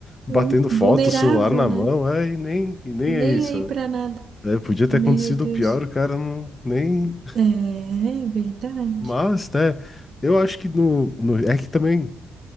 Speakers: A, on the left; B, on the right.
A: batendo
B: Hum,
A: foto,
B: vulnerável,
A: celular na
B: né?
A: mão, é, e nem, e nem
B: Nem
A: é isso.
B: aí pra nada.
A: É, podia ter
B: Meu
A: acontecido
B: Deus.
A: o pior, o cara não nem.
B: É, é verdade.
A: Mas, né? Eu acho que no, no- é que também